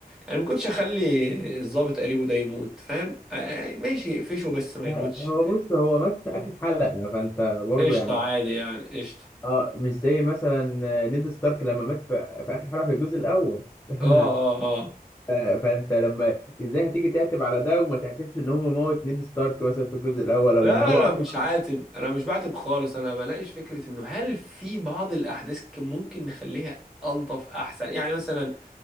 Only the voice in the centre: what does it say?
يعني ما كنتش اخلي الضابط قريبه ده يموت فاهم آه، آه، ماشي فشه بس ما
يموتش
آه.
قشطة
عادي يعني قشطة
اه اه اه
لا
لا لا مش عاتب انا مش بعاتب خالص انا بلاقيش فكرة انه هل في بعض الاحداث كان ممكن نخليها الطف احسن يعني مثلا